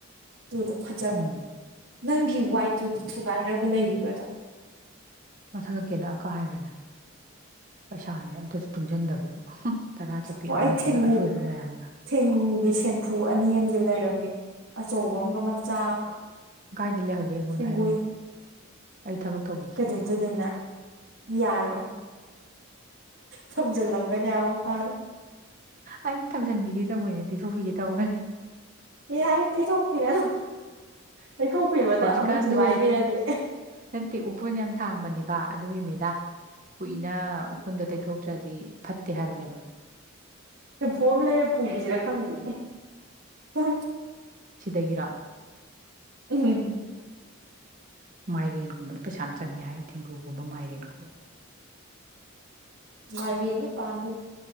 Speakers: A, on the right; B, on the right.
A: ꯇꯨꯗꯣ ꯐꯖꯕꯅꯦ
B: ꯎꯝ
A: ꯅꯪꯒꯤ ꯋꯥꯏꯠꯇꯨꯗꯤ ꯊꯨꯒꯥꯏꯈ꯭ꯔꯕ‌ꯥ ꯂꯩꯔꯤꯕꯗꯣ
B: ꯃꯊꯛꯇꯩ ꯀꯦꯜꯂꯛꯑ ꯒ ꯀꯥꯏꯈ꯭ꯔꯦꯗ ꯄꯩꯁꯥꯅꯦ ꯑꯝꯇꯁꯨ ꯇꯨꯡꯁꯤꯟꯗꯕꯗꯨꯕꯨ ꯇꯔꯥ ꯆꯠꯄꯤ
A: ꯑꯣ
B: ꯑꯃꯅꯤꯒ
A: ꯑꯩ ꯊꯦꯡꯒꯨ
B: ꯑꯆꯣꯏꯕ ꯃꯌꯥꯝꯒ
A: ꯊꯦꯡꯒꯨꯒꯤ ꯁꯦꯟꯐꯨ ꯑꯅꯤ ꯑꯝꯗꯤ ꯂꯩꯔꯦ ꯑꯆꯧꯕ ꯑꯝꯒ ꯃꯆꯥ ꯑꯝꯒ
B: ꯀꯥꯏꯗ ꯂꯩꯍꯧꯒꯦ ꯑꯩꯉꯣꯟꯗ
A: ꯊꯦꯡꯒꯨ
B: ꯍꯥꯏꯔꯛꯎꯅꯦ ꯑꯩ ꯊꯕꯛ ꯇꯧꯕꯤꯒꯦ
A: ꯀꯩꯗꯧꯗꯣꯏꯅꯣꯅ ꯌꯥꯔꯣꯏ ꯊꯝꯖꯤꯜꯂꯝ ꯌꯥꯎ <inaudible> ꯍꯣꯏ
B: ꯑꯩ ꯊꯝꯖꯟꯕꯤꯒꯦ ꯇꯧꯕꯅꯦ ꯇꯩꯊꯣꯛꯄꯤꯒꯦ ꯇꯧꯒꯅꯤ
A: ꯑꯦ ꯌꯥꯔꯦ ꯇꯩꯊꯣꯛꯄꯤꯔꯅꯨ ꯇꯩꯊꯣꯛꯄꯤꯕꯗ
B: ꯍꯧꯖꯤꯛꯀꯥꯟꯗꯣ
A: ꯑꯃꯨꯛ ꯊꯨꯒꯥꯏꯕꯤꯔꯗꯤ
B: ꯅꯠꯇꯦ ꯎꯐꯨꯟ ꯌꯥꯝ ꯊꯥꯡꯕꯅꯦꯕ ꯑꯗꯨꯒꯤꯅꯤꯗ꯫ ꯀꯨꯏꯅꯥ ꯎ ꯏꯐꯨꯟꯗꯣ ꯇꯩꯊꯣꯛꯇ꯭ꯔꯗꯤ ꯐꯠ ꯇꯦ ꯍꯥꯏꯕꯅꯦꯕꯥ꯫
A: ꯁꯦꯝꯐꯨ ꯑꯃ ꯂꯩꯔꯦ ꯄꯨꯈꯤꯁꯤꯔꯥ ꯈꯪꯗꯦ ꯎꯝ
B: ꯁꯤꯗꯒꯤꯔꯣ
A: ꯎꯝ
B: ꯃꯥꯏꯔꯦꯟꯒꯨꯝꯕꯅ ꯄꯩꯁꯥ ꯌꯥꯝ ꯆꯪꯉꯦ ꯍꯥꯏ ꯊꯦꯡꯒꯨꯒꯨꯝꯕ ꯃꯥꯏꯔꯦꯟꯒꯨꯝꯕꯅ
A: ꯃꯥꯏꯔꯦꯟꯗꯤ ꯄꯥꯝꯗꯦꯗ